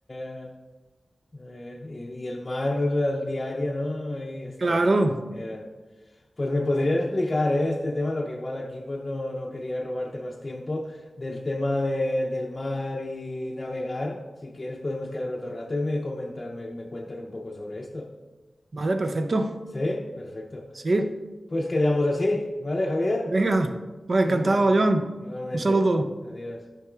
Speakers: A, on the left; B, on the right.
A: ya, ya, Eh, y, y el mar al diario, ¿no? Y, este,
B: Claro.
A: hostia. Pues me podrías explicar, eh, este tema, lo que igual aquí pues no, no quería robarte más tiempo, del tema de- del mar y navegar. Si quieres podemos quedar otro rato y me comentar, me, me cuentas un poco sobre esto.
B: Vale, perfecto.
A: ¿Sí? Perfecto.
B: Sí,
A: Pues quedamos así, ¿vale, Javier?
B: venga. Pues
A: Venga,
B: encantado, Joan.
A: igualmente.
B: Un saludo.
A: Adiós.